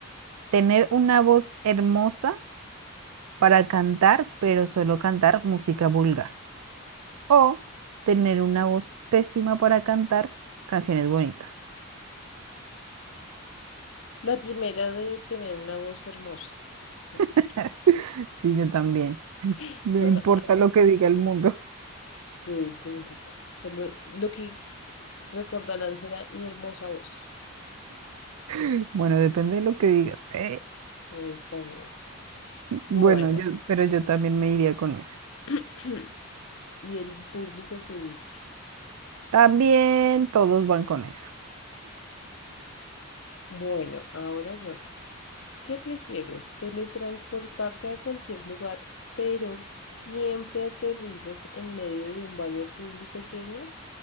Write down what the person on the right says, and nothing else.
¿Tener una voz hermosa para cantar, pero solo cantar música vulgar? ¿O tener una voz pésima para cantar canciones bonitas?
<laughs> Sí, yo también.
No importa lo que diga el mundo.
<laughs> Bueno, depende de lo que digas. Eh,
bueno, yo, pero yo también me iría con eso.
También todos van con eso.